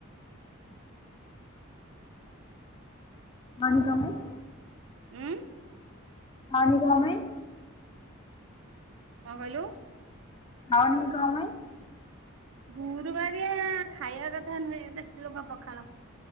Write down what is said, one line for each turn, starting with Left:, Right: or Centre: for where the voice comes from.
Left: ଖାଅନି କଣ ପାଇଁ?
Right: ଉଁ
Left: ଖାଅନି କଁ ପାଇଁ?
Right: କଁ କହିଲୁ?
Left: ଖାଅନି କଁ ପାଇଁ?
Right: ଗୁରୁବାରଆ ଖାଇବା କଥା ନୁହେଁ ବେଶୀ ଲୋକ ପଖାଳ।